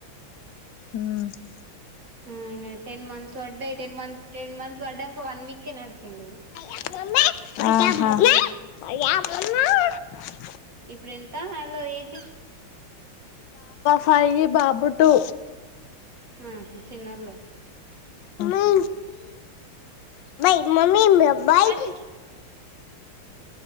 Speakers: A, on the left (about 70°); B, on the right (about 40°).
A: ఉమ్
B: అవునా టెన్ మంత్స్ వడ్డాయి టెన్ మంత్స్ టెన్ మంత్స్ పడ్డాక వన్ వీకే నడిచండడిని
A: మ
B: ఇప్పుడు ఎంత అలో ఏజెస్
A: ఫై బాబు టటు
B: ఆ చిన్నలే
A: ఊ భై మమీబ్ బాయి
B: అచ్చిచ్చి